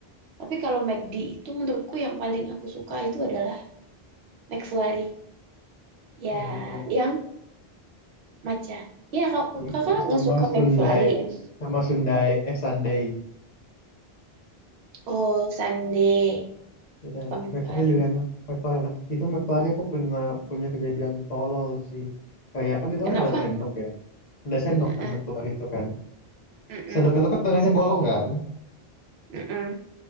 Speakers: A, on the right; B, on the left.
A: Tapi kalau McD itu menurutku yang paling aku suka itu adalah McFlurry. Ya,
B: Oh iya lagi.
A: yang matcha. Ya, kak,
B: Sam-
A: kakak
B: Sama
A: nggak suka
B: Sundai.
A: McFlurry. kan?
B: Sama Sundai. Eh, Sundae.
A: Oh, Sunday
B: Itu
A: suka
B: enak.
A: McFlurry.
B: McFlurry juga enak. McFlurry enak. Itu McFlurry aku pernah punya kejadian tolol sih. Kayak kan itu
A: Kenapa?
B: kan ada sendok ya. ada sendok
A: Mm-mm,
B: kan keluar itu kan
A: mm-mm,
B: sendok itu kan tengahnya bolong kan
A: mm-mm.